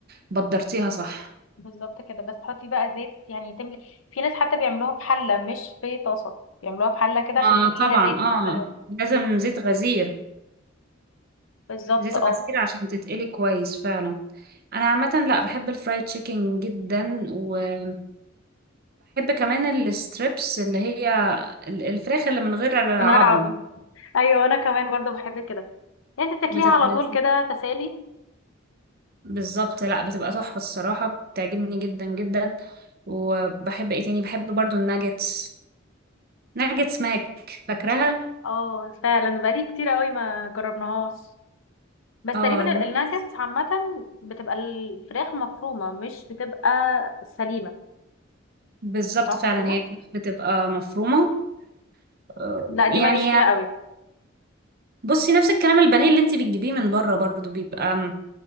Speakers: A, on the right; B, on the left.
A: بدرتيها صح
B: بالظبط كده بس تحطي بقى زيت يعني تملي في ناس حتى بيعملوها في حله مش في طاسه بيعملوها في حله كده
A: ما
B: عشان تمليها
A: طبعا
B: زيت
A: اه
B: آه،
A: لازم
B: زيت
A: زيت
B: كتير
A: غزير
B: بالظبط
A: زيت
B: اه
A: غزير عشان تتقلي كويس فعلا انا عامه لا بحب الفرايد تشيكن جدا وبحب كمان الستريبس اللي هي ال- الفراخ اللي من غير عظم
B: من غير عظم ايوه انا كمان برضه بحب كده يعني انت بتاكليها
A: بتبقى
B: على
A: لذيذة
B: طول كده تسالي
A: بالظبط لا بتبقى تحفه الصراحه بتعجبني جدا جدا وبحب ايه تاني بحب برضو الناجتس ناجتس
B: بس
A: ماك فاكراها
B: اه فعلا بقالي كتير قوي ما جربناهاش بس
A: اه
B: تقريبا
A: الناجتس
B: ال- الناجتس عامة بتبقى الفراخ مفرومة مش بتبقى سليمة
A: بالظبط
B: صح
A: فعلا
B: كده؟
A: هي الفراخ بتبقى مفرومه آه،
B: لا دي
A: يعني
B: ماليش فيها قوي
A: بصي نفس الكلام البانيه اللي انت بتجيبيه من بره برضو بيبقى